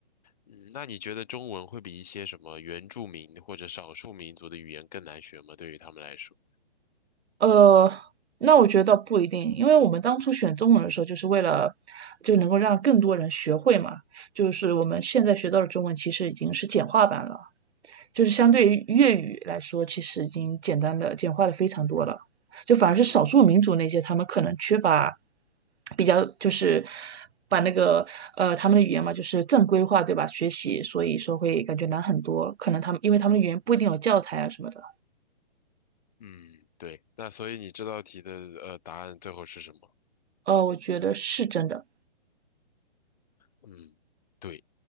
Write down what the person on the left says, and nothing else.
嗯，那你觉得中文会比一些什么原住民或者少数民族的语言更难学吗？对于他们来说？
嗯
嗯，对，那所以你这道题的呃答案最后是什么？
嗯，对，